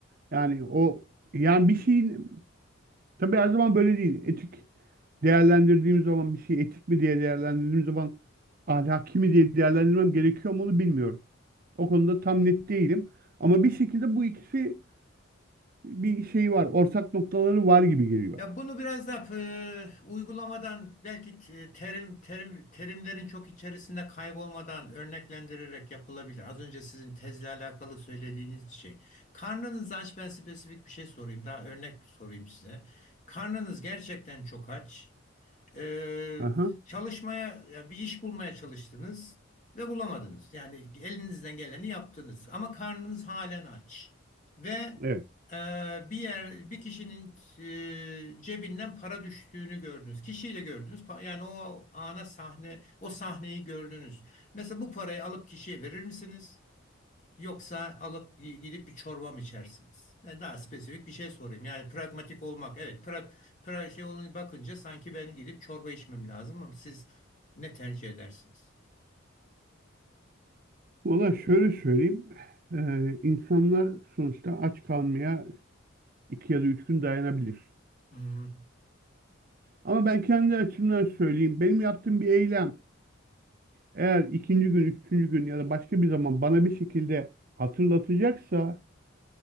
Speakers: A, on the right; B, on the left.
A: Yani o yani bir şeyin Tabii her zaman böyle değil. Etik değerlendirdiğim zaman bir şey etik mi diye değerlendirdiğim zaman ahlaki mi diye değerlendirmem gerekiyor mu onu bilmiyorum. O konuda tam net değilim. Ama bir şekilde bu ikisi bir şey var. Ortak noktaları var gibi geliyor.
B: Ya bunu biraz da e, uygulamadan belki t- terim terim terimlerin çok içerisinde kaybolmadan örneklendirerek yapılabilir. Az önce sizin tezle alakalı söylediğiniz bir şey. Karnınız aç ben spesifik bir şey sorayım. Daha örnek sorayım size. Karnınız gerçekten çok aç. Ee,
A: Aha,
B: çalışmaya ya bir iş bulmaya çalıştınız ve bulamadınız. Yani elinizden geleni yaptınız ama karnınız halen aç ve
A: evet.
B: e, bir yer bir kişinin e, cebinden para düştüğünü gördünüz. Kişiyi de gördünüz. Pa- Yani o ana sahne o sahneyi gördünüz. Mesela bu parayı alıp kişiye verir misiniz? Yoksa alıp gi- gidip bir çorba mı içersiniz? Yani daha spesifik bir şey sorayım. Yani pragmatik olmak. Evet, pra, pra şey olunca bakınca sanki ben gidip çorba içmem lazım ama siz ne tercih edersiniz?
A: Valla şöyle söyleyeyim. Ee, insanlar sonuçta aç kalmaya iki ya da üç gün dayanabilir.
B: Hı hı.
A: Ama ben kendi açımdan söyleyeyim. Benim yaptığım bir eylem. Eğer ikinci gün, üçüncü gün ya da başka bir zaman bana bir şekilde hatırlatacaksa